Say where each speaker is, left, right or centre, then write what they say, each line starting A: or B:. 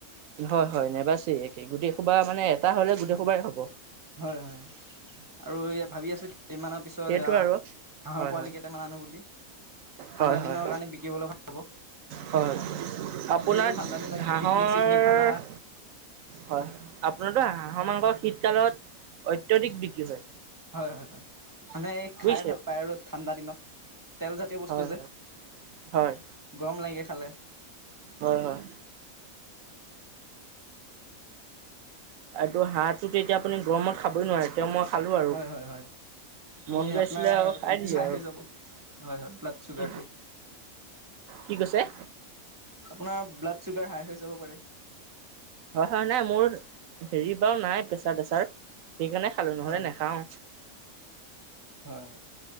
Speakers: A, on the right; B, on the right.
A: হয় হয় নেবাচেই একে গোটেই খোবা মানে এটা হলে গোটেই খোবাই হ'ব
B: হয় হয় আৰু ভাবি আছো কি কেইমাহমানৰ পিছত
A: সেইটো
B: আহ
A: আৰু।
B: হাঁহৰ
A: হয়
B: পোৱালি
A: হয়
B: কেইটামান আনো বুলি
A: হয়
B: ঠাণ্ডা
A: হয়
B: দিনৰ কাৰণে বিকিবলৈ ভাল হ'ব
A: হয় আপোনাৰ
B: যিহেতু ঠাণ্ডা দিনত
A: হাঁহৰ
B: পিকনিক চিকনিক খানা
A: হয় আপোনাৰতো হাঁহৰ মাংস শীতকালত অত্যাধিক বিক্ৰী হয়।
B: হয় হয় হয় মানে এই
A: বুজিছে
B: খাই ভাল পায় আৰু ঠাণ্ডা দিনত তেল জাতীয় বস্তু
A: হয়
B: যে
A: হয় হয়
B: গৰম লাগে খালে
A: হয় হয় আৰু হাঁহটো এতিয়া আপুনি গৰমত খাবই নোৱাৰে তেওঁ মই খালো আৰু
B: হয় হয় হয় আপুনি
A: মন গৈ
B: আপোনাৰ
A: আছিলে আৰু খাই
B: বি পি
A: দিলো
B: হাই
A: আৰু
B: হৈ যাব হয় হয় ব্লাড চুগাৰটো
A: কি কৈছে
B: আপোনাৰ ব্লাড চুগাৰ হাই হৈ যাব পাৰে
A: হয় হয় নাই মোৰ হেৰি বাৰু নাই প্ৰেছাৰ চেঁচাৰ সেইকাৰণে খালো নহ'লে
B: হয়
A: নাখাও
B: হয়